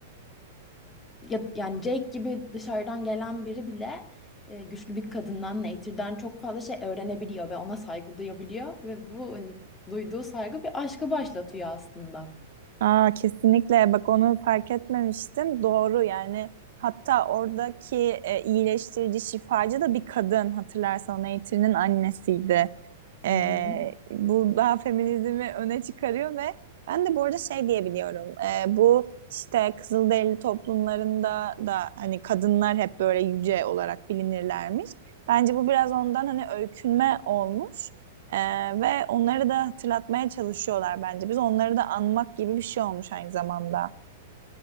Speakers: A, on the left; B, on the right.
A: ya, yani Jake gibi dışarıdan gelen biri bile e, güçlü bir kadından, Nature'den çok fazla şey öğrenebiliyor ve ona saygı duyabiliyor ve bu hani, duyduğu saygı bir aşkı başlatıyor aslında.
B: Aa, kesinlikle bak onu fark etmemiştim. Doğru yani hatta oradaki e, iyileştirici şifacı da bir kadın hatırlarsan o Nature'nin annesiydi. Ee,
A: Hı hı.
B: bu daha feminizmi öne çıkarıyor ve ben de bu arada şey diyebiliyorum. Ee, bu işte Kızılderili toplumlarında da hani kadınlar hep böyle yüce olarak bilinirlermiş. Bence bu biraz ondan hani öykünme olmuş. Ee, ve onları da hatırlatmaya çalışıyorlar bence. Biz onları da anmak gibi bir şey olmuş aynı zamanda.